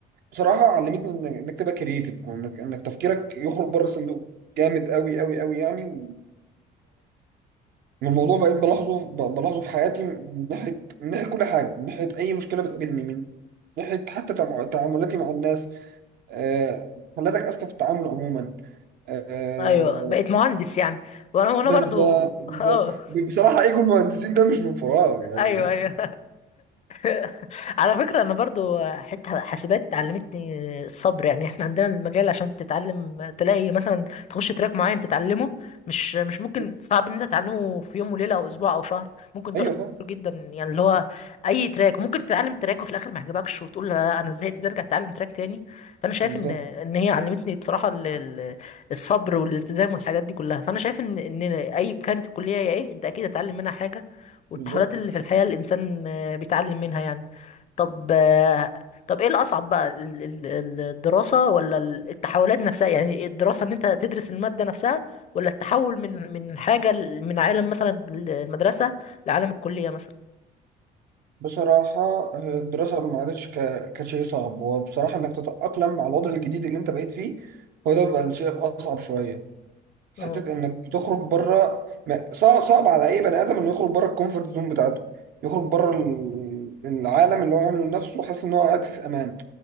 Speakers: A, on the right; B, on the left.
A: بصراحه علمتني انك انك تبقى كرييتيف او انك انك تفكيرك يخرج بره الصندوق جامد قوي قوي قوي يعني وال- والموضوع بقيت بلاحظه ب- بلاحظه في حياتي من ناحيه من ناحيه كل حاجه من ناحيه اي مشكله بتقابلني من ناحيه حتى تع- تعاملاتي مع الناس آه، خلاتك اذكى في التعامل عموما آه،
B: ايوه بقيت مهندس يعني وانا وانا
A: بالظبط
B: برضو <laughs>
A: بالظبط
B: اه
A: بصراحه ايجو المهندسين ده مش من فراغ يعني
B: ايوه ايوه <laughs> على فكره انا برضو حته حاسبات علمتني الصبر يعني احنا عندنا المجال عشان تتعلم تلاقي مثلا تخش تراك معين تتعلمه مش مش ممكن
A: <laughs>
B: صعب ان انت تتعلمه في يوم وليله او اسبوع او شهر ممكن
A: ايوه
B: تقعد كتير
A: فاهم
B: جدا يعني اللي هو اي تراك ممكن تتعلم تراك وفي الاخر ما يعجبكش وتقول لا انا زهقت ترجع تتعلم تراك تاني فانا شايف
A: بالظبط
B: ان ان هي علمتني بصراحه ال- ال- الصبر والالتزام والحاجات دي كلها فانا شايف ان ان اي كانت الكليه هي ايه انت اكيد هتتعلم منها حاجه والتحولات
A: بالظبط
B: اللي في الحياة الإنسان آه، بيتعلم منها يعني طب آه، طب إيه الأصعب بقى ال- ال- ال- الدراسة ولا ال- التحولات نفسها يعني إيه الدراسة إن أنت تدرس المادة نفسها ولا التحول من من حاجة ل- من عالم مثلا المدرسة لعالم الكلية مثلا
A: بصراحة آه، الدراسة ما عادتش ك- كشيء صعب وبصراحة إنك تتأقلم مع الوضع الجديد اللي أنت بقيت فيه هو ده بقى الشيء أصعب شوية حتة
B: اه
A: إنك تخرج بره ما- صعب صعب على أي بني آدم إنه يخرج بره الكومفورت زون بتاعته يخرج بره ال- العالم اللي هو عامله لنفسه وحاسس إن هو قاعد فيه في أمان